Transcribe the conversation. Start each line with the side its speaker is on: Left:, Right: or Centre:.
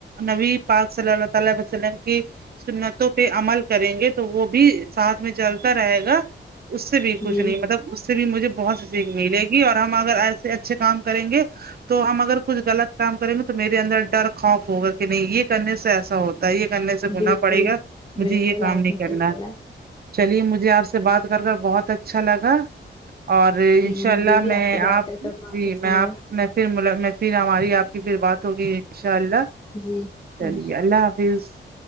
Right: نبی پاک صلی اللہ تعالی وسلم کی سنتوں پہ عمل کریں گے تو وہ بھی ساتھ میں چلتا رہے گا اس سے بھی کچھ
Left: جی
Right: نہیں مطلب اس سے بھی مجھے بہت سی سیکھ ملے گی اور ہم اگر ایسے اچھے کام کریں گے تو ہم اگر کچھ غلط کام کریں گے تو میرے اندر ڈر خوف ہوگا کہ نہیں یہ کرنے سے ایسا ہوتا یہ کرنے سے گناہ
Left: بالکل
Right: پڑے گا مجھے
Left: بالکل
Right: یہ کام
Left: آپ
Right: نہیں
Left: نے
Right: کرنا
Left: صحیح بولا
Right: چلیے مجھے آپ سے بات کر کر بہت اچھا لگا اور انشاء
Left: جی
Right: اللہ
Left: مجھے بھی
Right: میں
Left: سے بات
Right: آپ
Left: کر کر بہت
Right: جی
Left: اچھا
Right: میں آپ
Left: لگا
Right: میں پھر ہماری آپ کی پھر بات ہوگی انشاء اللہ
Left: جی
Right: چلیے
Left: ان
Right: اللہ حافظ